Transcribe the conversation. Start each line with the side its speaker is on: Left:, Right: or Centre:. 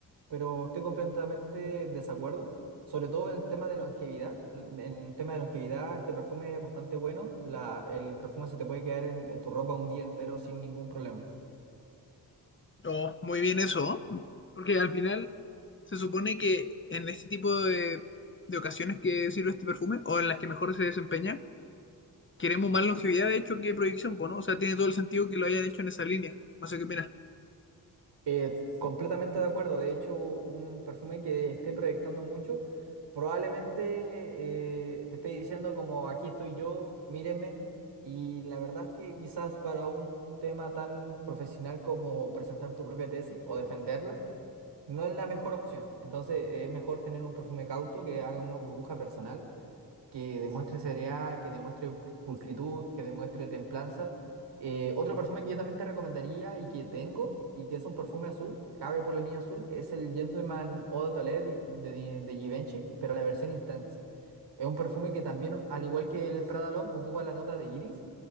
Right: pero estoy completamente desacuerdo. Sobre todo en el tema de longevidad. En el tema de longevidad, este perfume es bastante bueno. La, el perfume se te puede quedar en, en tu ropa un día entero sin ningún problema.
Left: Oh, muy bien eso, ¿no? Porque al final se supone que en este tipo de, de ocasiones que sirve este perfume o en las que mejor se desempeña, Queremos más longevidad, de hecho, que proyección, pues, ¿no? O sea, tiene todo el sentido que lo hayan hecho en esa línea. No sé qué opinas.
Right: Eh, completamente de acuerdo. De hecho, un perfume que esté proyectando mucho, probablemente eh, te esté diciendo como aquí estoy yo, míreme. Y la verdad es que quizás para un tema tan profesional como presentar tu propia tesis o defenderla, no es la mejor opción. Entonces, es mejor tener un perfume cauto que haga una burbuja personal que demuestre seriedad, que demuestre pulcritud, que demuestre templanza. Eh, otro perfume que yo también te recomendaría y que tengo, y que es un perfume azul, cabe por la línea azul, es el Gentleman Eau de Toilette de, de, de Givenchy, pero la versión Intense. Es un perfume que también, al igual que el Prada L'Homme, ocupa la nota de iris,